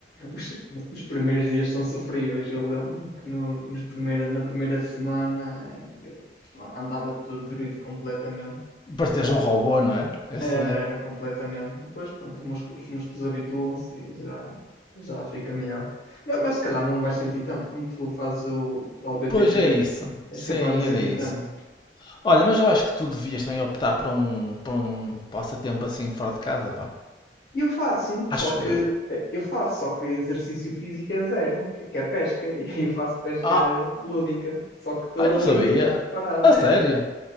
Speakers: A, on the left; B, on the left.
A: Os, os primeiros dias são sofríveis. Eu lembro-me que no, nos primeira, na primeira semana eh, eu andava todo dorido completamente.
B: Parteja
A: Hum,
B: um robô, não é? Eu
A: Era,
B: sei.
A: era completamente. Depois, pronto, os músculos, os músculos habituam-se e já, já fica melhor. Mas, mas se calhar não vais sentir tanto, como tu fazes o, o tal BTT,
B: Pois é isso.
A: és
B: Sim,
A: capaz de não sentir
B: era isso.
A: tanto.
B: Olha, mas eu acho que tu devias também optar por um, por um passatempo assim fora de casa, pá.
A: E eu faço, só
B: Acho
A: que
B: eu.
A: eh, eu faço, só que exercício físico é zero, que, que é pesca, e <laughs> eu faço pesca
B: Ah,
A: lúdica, só que estou
B: ai, não
A: ali
B: sabia.
A: parado.
B: A
A: É,
B: sério?
A: é,